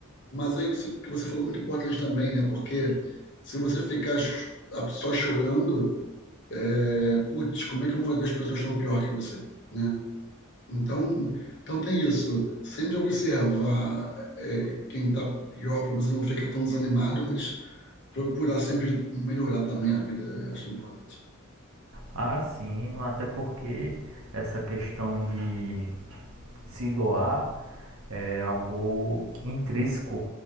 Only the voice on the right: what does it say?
Ah, sim, até porque essa questão de se doar é algo intrínseco